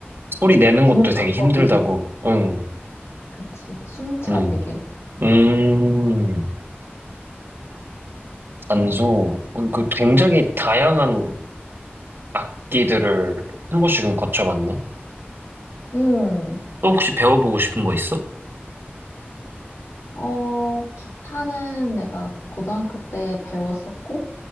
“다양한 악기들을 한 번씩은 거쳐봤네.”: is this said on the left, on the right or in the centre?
Right